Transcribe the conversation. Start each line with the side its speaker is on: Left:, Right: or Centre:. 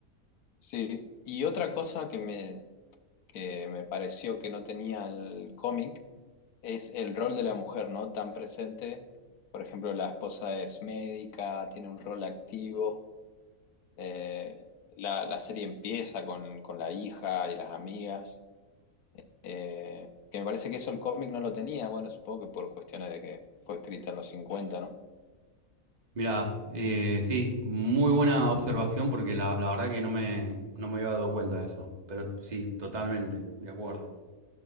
Left: Sí, y otra cosa que me, que me pareció que no tenía el cómic es el rol de la mujer, ¿no? Tan presente. Por ejemplo, la esposa es médica, tiene un rol activo. eh, la, la serie empieza con, con la hija y las amigas. eh, que me parece que eso el cómic no lo tenía. Bueno, supongo que por cuestiones de que fue escrita en los cincuenta ¿no?
Right: Mira, eh, sí, muy buena observación porque la, la verdad que no me, no me había dado cuenta de eso, pero sí, totalmente, de acuerdo.